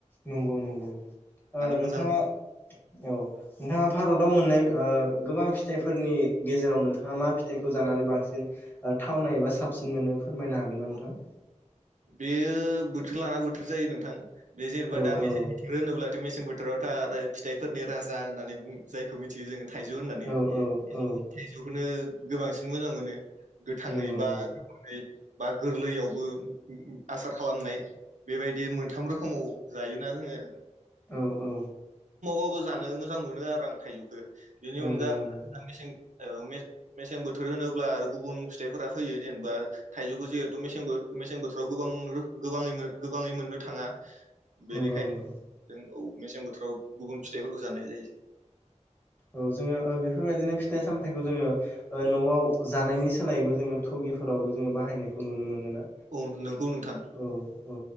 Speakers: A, on the left; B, on the right.
A: नंगौ नंगौ
B: मोजां
A: नोंथाङा औ। नोंथाङा भारताव मोननाय गोबां फिथाइफोरनि गेजेराव नोंथाङा मा फिथाइखौ जानानै बांसिन थाव नायबा साबसिन मोनो फोरमायनो हागोन
B: मोनो
A: ना नोंथां।
B: बेयो बोथोर लाना बोथोर जायो नोंथां बे जेनेबा
A: औ
B: दामै
A: औ
B: ज बोथोर होनोब्ला बे' मेसें बोथोरावथा आरो फिथाइफोरनि राजा होननानै जायखौ मिथियो जों थाइजौ होननानै
A: औ
B: थजौ
A: औ औ
B: थाइजौखौनो गोबांसिन मोजां मोनो। गोथाङै
A: नंगौ
B: बा
A: नंगौ
B: गोमोनै बा गोरलैयावबो आसार खालामनाय बेबायदि मोनथाम रोखोमाव जायोना जोङो।
A: औ औ
B: <unintelligible> जानो मोजां मोनो आरो आं थाइजौखौ। बेनि
A: नंगौ
B: अनगा
A: नंगौ
B: <inaudible> ओ मे-मेसें बोथोर होनोब्ला गुबुन फिथाइफोरा फैयो जेनेबा थाइजौखौ जिहेथु मेसें बोथोर राव गोबां रो गेबाङै गोबाङै मोननो थाङा बेनिखायनो
A: नंगौ नंगौ
B: जों औ मेसें बोथोराव गुबुन फिथाइफोरखौ जानाय जायो जों।
A: औ जोङो बेफोरबायदिनो फिथाइ सामथायाइखौ जोङो ओ न'आव जानायनि सोलायैबो जोङो थुगि फोरावबो जोङो बाहायनायखौ नुनो मोनो ना?
B: औ नंगौ नोंथां
A: औ औ।